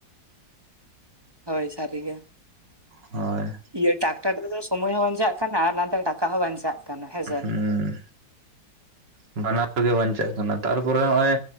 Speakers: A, on the right; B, on the right.
A: ᱦᱳᱭ ᱥᱟᱹᱨᱤᱜᱮ᱾
B: ᱦᱳᱭ᱾
A: ᱤᱭᱟᱹ ᱴᱟᱠᱴᱟᱨ ᱛᱮᱫᱚ ᱥᱚᱢᱳᱭ ᱦᱚᱸ ᱵᱟᱧᱪᱟᱜ ᱠᱟᱱᱟ ᱟᱨ ᱱᱟᱛᱮ ᱴᱟᱠᱟ ᱦᱚᱸ ᱵᱟᱧᱪᱟᱜ ᱠᱟᱱᱟ ᱦᱮᱸᱥᱮ᱾
B: ᱦᱩᱸ ᱵᱟᱱᱟᱨ ᱜᱮ ᱵᱟᱧᱪᱟᱜ ᱠᱟᱱᱟ ᱛᱟᱨᱯᱚᱨᱮ ᱱᱚᱜᱼᱚᱭᱼᱼ